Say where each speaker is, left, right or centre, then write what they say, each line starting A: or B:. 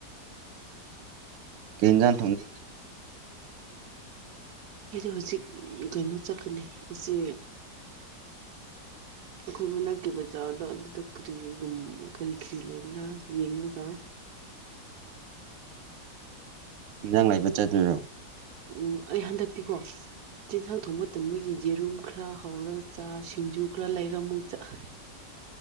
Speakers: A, on the right; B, on the right.
A: ꯀꯤꯟꯖꯥꯟ
B: <unintelligible> ꯑꯩꯁ ꯍꯧꯖꯤꯛ ꯀꯩꯅꯣ ꯆꯠꯀꯅꯤ ꯑꯁꯤ ꯑꯩꯈꯣꯏ ꯃꯅꯥꯛꯀꯤ ꯕꯖꯥꯔꯗꯣ ꯑꯗꯨꯗ ꯀꯔꯤꯒꯨꯝ ꯀꯔꯤ ꯀꯔꯤ ꯂꯩꯕ꯭ꯔꯥ ꯌꯦꯡꯉꯒ
A: ꯌꯦꯟꯖꯥꯡ ꯂꯩꯕ ꯆꯠꯇꯣꯏꯔꯣ
B: ꯎꯝ ꯑꯩ ꯍꯟꯗꯛꯇꯤꯀꯣ ꯆꯤꯟꯖꯥꯡ ꯊꯣꯡꯕ ꯇꯟꯕꯒꯤ ꯌꯦꯔꯨꯝ ꯈꯔ ꯍꯧꯔꯒ ꯆꯥ ꯁꯤꯡꯖꯨ ꯈꯔ ꯂꯩꯔ ꯃꯨ ꯆꯥ <unintelligible>